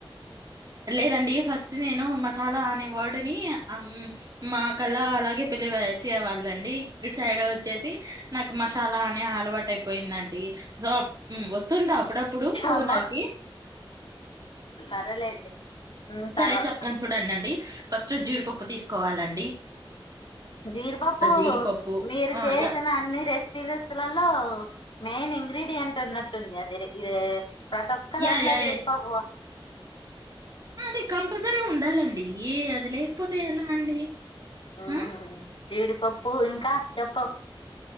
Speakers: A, on the right; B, on the left.
A: లేదండి ఫస్ట్ నేను మసాలా అనే వర్డు ని అమ్ మా కల్లా అలాగే పిళ్లిచేవాళ్ళండి ఇటు సైడ్ వచ్చేసి నాకు మసాలా అని అలవాటు అయిపోయిందండి. సో వస్తుందా అప్పుడప్పుడు
B: అమ్మా
A: నాకి
B: సరేలేండి
A: సరే
B: తర్వాత
A: చెప్తాను చూడండండి ఫస్ట్ జీడిపప్పు తీసుకోవాలండ్
B: జీడిపప్పు
A: జీడిపప్పు
B: మీరు
A: ఆ
B: చేసిన
A: యా
B: అన్ని రెసిపీలస్తులలో మెయిన్ ఇ గ్రీడియంట్ అన్నట్టుంది అది ఇది ప్రతి ఒక్క
A: యా
B: దాంట్లో
A: యా
B: జీడిపప్పు
A: ఆ అది కంపల్సరీగా ఉండాలండి అది లేకపోతే ఎలా అండి
B: ఉమ్
A: ఆ
B: జీడిపప్పు ఇంకా చెప్పు